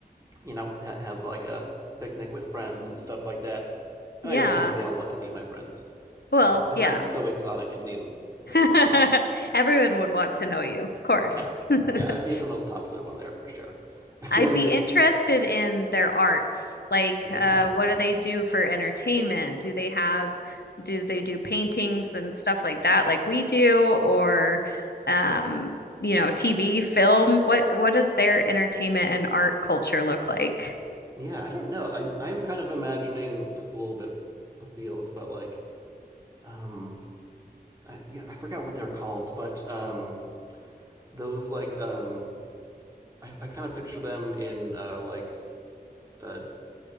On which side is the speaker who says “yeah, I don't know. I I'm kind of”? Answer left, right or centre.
Right